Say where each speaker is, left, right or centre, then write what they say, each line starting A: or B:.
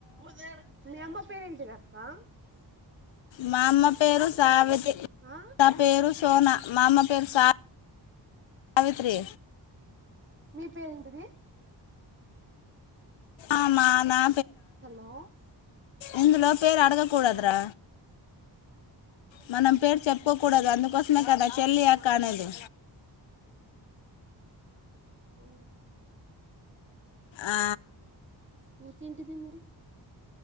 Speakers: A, on the right; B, on the left.
A: ఒదేడ్ నీయమ్మ పేరేంటిదక్కా
B: మామ్మ పేరు సావి టి
A: ఆ
B: నా పేరు సోనా మా అమ్మ పేరు సా సావిత్రి
A: మీ పేరేంటిది
B: ఆమనా
A: హలో
B: ఎందులో పేరు అడగ కూూడదరా
A: ఆ
B: మ నామ్ పేరు చెప్పకూడదు
A: అవునా
B: అందుకోసమే
A: ఓకే
B: కదా చెల్లియా కానదు
A: ఓ
B: ఆ,
A: ఇంకెంటిది మరి